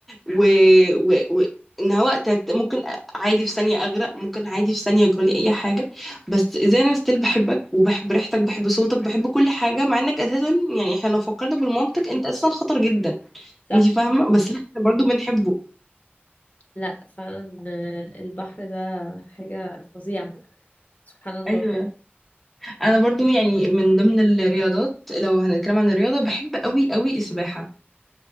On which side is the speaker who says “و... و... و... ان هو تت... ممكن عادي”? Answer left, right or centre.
Centre